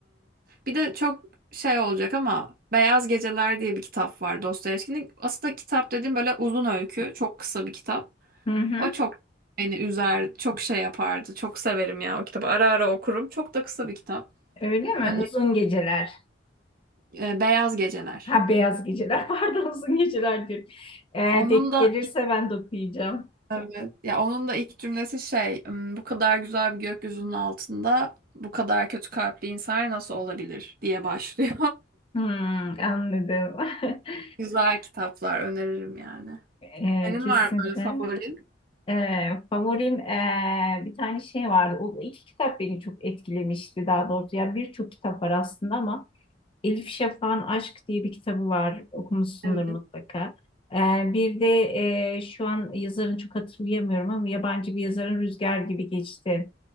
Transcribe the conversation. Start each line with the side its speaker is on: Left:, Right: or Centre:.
Right: bir de çok şey olacak ama Beyaz Geceler diye bir kitap var Dostoyevski'nin. Aslında kitap dediğim böyle uzun öykü, çok kısa bir kitap.
Left: Hı hı.
Right: O çok beni üzer, çok şey yapardı. Çok severim ya o kitabı. Ara ara okurum. Çok da kısa bir kitap.
Left: Öyle mi?
Right: Öne,
Left: Uzun Geceler.
Right: e, Beyaz Geceler.
Left: Ha Beyaz Geceler. <laughs> Pardon Uzun Geceler diyorum. Eğer
Right: Onun
Left: denk
Right: da
Left: gelirse ben de okuyacağım.
Right: Evet. Ya onun da ilk cümlesi şey, "Hmm, bu kadar güzel bir gökyüzünün altında bu kadar kötü kalpli insanlar nasıl olabilir diye başlıyor.
Left: Hmm, anladım. <laughs>
Right: <laughs> Güzel kitaplar öneririm yani.
Left: Ee,
Right: Senin
Left: kesinlikle.
Right: var mı böyle favorin?
Left: Ee, favorim ee, bir tane şey vardı. O iki kitap beni çok etkilemişti daha doğrusu. Ya birçok kitap var aslında ama Elif Şafak'ın Aşk diye bir kitabı var. Okumuşsundur
Right: Evet.
Left: mutlaka. Ee, bir de e, şu an yazarını çok hatırlayamıyorum ama yabancı bir yazarın Rüzgar gibi geçti